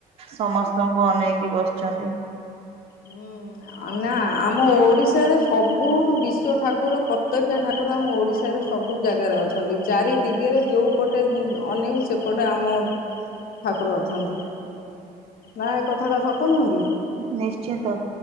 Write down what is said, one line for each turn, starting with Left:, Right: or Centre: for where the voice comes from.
Right: ସମସ୍ତଙ୍କୁ ଅନେଇକି ବସଛନ୍ତି।
Left: ହୁଁ। ଆଉ ନା ଆମ ଓଡିଶାରେ ସବୁଠୁ ବିଶ୍ୱ ଠାକୁର ପ୍ରତ୍ୟକ୍ଷ ଠାକୁର ଆମ ଓଡିଶାରେ ସବୁ ଜାଗାରେ ଅଛନ୍ତି ଚାରି ଦିଗେରେ ଯୋଉ ପଟେ ଉଁ ଅନେଇବୁ ସେପଟେ ଆମ ଠାକୁର ଅଛନ୍ତି ନା ଏ କଥା ଟା ସତ ନୁହଁ କି?
Right: ନିଶ୍ଚିନ୍ତ